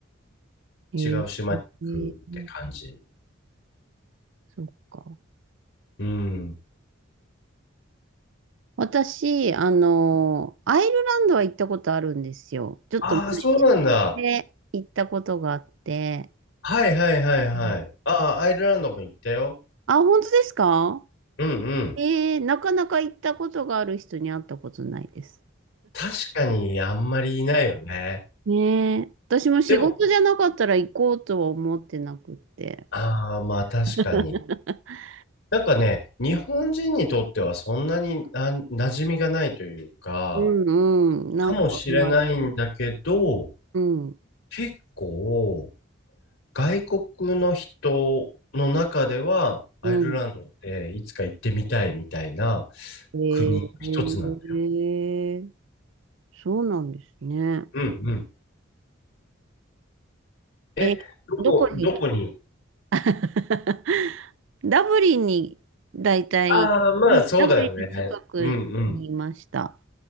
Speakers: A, on the right; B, on the left.
A: えー、
B: 違う島に行くって感じ。
A: えーそっか。
B: うん。
A: 私、あの、アイルランドは行ったことあるんですよ。ちょっと前
B: ああ、そうなんだ。
A: で行ったことがあって。
B: はいはいはいはい。
A: うん
B: ああ、アイルランドも行ったよ。
A: あ、本当ですか
B: うんうん。
A: えー、なかなか行ったことがある人に会ったことないです。
B: 確かにあんまりいないよね。
A: ねえ。私も仕事じゃなかったら行こうとは思ってなくって。
B: でも、ああ、まあ確かに。
A: <laughs>
B: なんかね、日本人にとってはそんなにあ馴染みがないというか、
A: うんうん。なんかあんまり。
B: かもしれないんだけど、
A: うん。
B: 結構外国の人の中ではアイルランドっていつか行ってみたいみたいな
A: うん。え
B: 国一つなんだよ。
A: ー、そうなんですね。
B: うんうん。え、
A: え、
B: どこ、
A: どこに、
B: どこに
A: <laughs> ダブリンに、だいたい、
B: ああー、まあそうだよね。
A: うんダブリンの近くにいました。
B: うんうん。